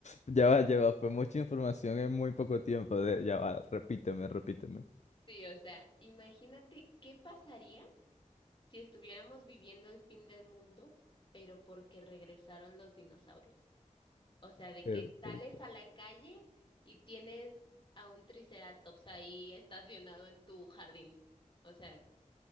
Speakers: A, on the left (about 60°); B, on the left (about 35°).
A: Ya va, ya va, fue mucha información en muy poco tiempo. de- Ya va, repíteme, repíteme.
B: Sí, o sea, imagínate qué pasaría si estuviéramos viviendo el fin del mundo, pero porque regresaron los dinosaurios. O sea, de
A: Pero,
B: que sales
A: ¿por qué?
B: a la calle y tienes a un triceratops ahí estacionado en tu jardín. O sea,